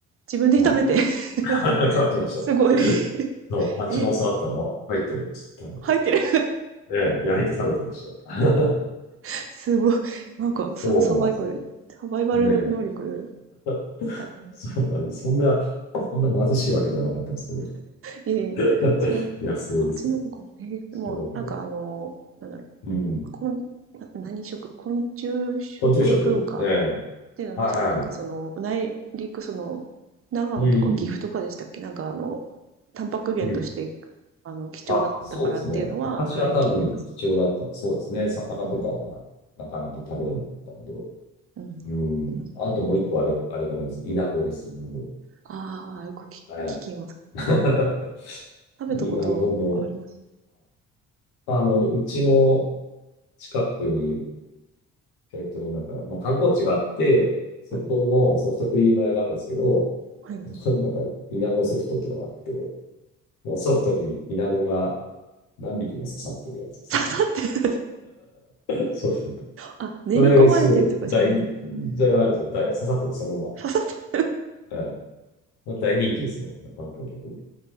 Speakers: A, on the right; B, on the left.
A: 自分で炒めて
B: うん。
A: <laughs>
B: <laughs>
A: ですか
B: 食べてました。
A: すごい。<laughs>
B: そう、蜂の巣あったの入ってる。
A: え、
B: ちょっと食
A: 入ってる。
B: べて。ええ、焼いて食べてましたよ。
A: <laughs> すごい。
B: <laughs>
A: なんか、
B: そうなんですよ。
A: そうサバイバル、サバイバル能力
B: ねえ。<laughs>
A: 高い。
B: そうなんです。そんな、そんな貧しいわけではなかったんですけど。
A: ええーそう、
B: <laughs> 野生ですよ。
A: 蜂の子か。ええーでも、
B: そ
A: なんかあの、なんだろう。
B: う。うん。
A: こんな何食昆虫食文化っ
B: 昆虫食。ええ。
A: ていうのは確かになんかその、
B: はいはい。
A: 内陸その、長野とか岐阜とかでしたっけなんかあの、
B: うん。
A: タンパク源として、
B: うん。
A: あの、貴重だったからっていうのは、
B: あ、そうですね。昔は多分貴重だった。
A: はい、聞いてます。
B: そうですね。魚とかはなかなか食べれなかったんで。
A: うん。うん。う
B: うん。
A: んえー
B: あともう一個あれ、あれがあいですよ。イナゴです。イナゴ
A: ああ、よくき聞きます。
B: はい。<laughs>
A: 食べたことあります。
B: いいな、僕も。まあ、あの、うちの近くに、えっと、なんか、まあ、観光地があって、そこのソフトクリーム屋があるんですけど、
A: はい。はい。
B: そこになんか、イナゴソフトっていうのがあって、もうソフトにイナゴが何匹も刺さってるやつです。
A: <laughs> 刺さってる。
B: <laughs> そうですね。
A: あ、練り込まれてるとかじゃないんです
B: それ、すごい大、じゃないですよ。大、刺さってる、そのま
A: <laughs> 刺さってる。
B: ま。はい。まあ大人気ですね。観光客に。